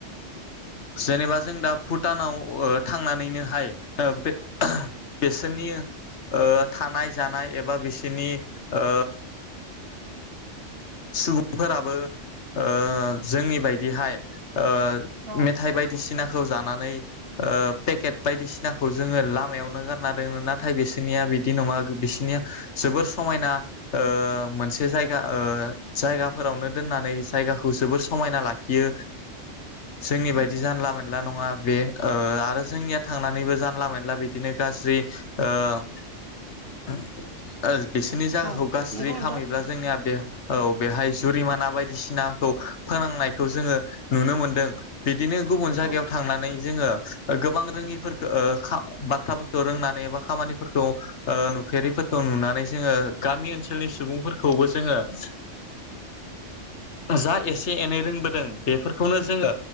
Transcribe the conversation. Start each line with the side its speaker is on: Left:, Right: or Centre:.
Left: जेनेबा जों दा भुटानाव ओ थांनानैनोहाय ओ बे बिसोरनि ओ थानाय जानाय एबा बिसिनि ओ सुबुंफोराबो ओ जोंनि बायदिहाय ओ
Right: औ
Left: मेथाइ बायदिसि सिनाखौ जानानै ओ पेकेट बायदिसिनाखौ जोङो लामायावनो गाद ना दोनो नाथाय बिसिनिया बिदि नङा गो बिसिनिया जोबोर समायना ओ मोनसे जाया ओ जायगाफोरावनो दोननानै जायगाखौ जोबोर समायना लाखियो जोंनि बायदि जानला मोनला नङा बे ओ आरो जोंनिया थांनानैबो जानला मोनला बिदिनो गाज्रि ओ ओ बिसोरनि जागाखौ
Right: औ
Left: गाज्रि
Right: नंगौ नोंथां
Left: खामहैब्ला जोंनिया बे औ बेहाय जुरिमाना बायदिसिनाखौ फोनांनायखौ जोङो नुनो मोनदों बि दिनो गुबुन जायगायाव
Right: औ
Left: थांनानै जोङो गोबां रोङिफोरखो ओ खा बाथाफोर खौ रोंनानै एबा खामानिफोरखौ ओ नुफेरिफोरखौ नुनानै जोङो गामि ओनसोलनि सुबुंफोरखौबो जोङो ओ जा एसे एनै रोंबोदों बेफोरखौनो जोङो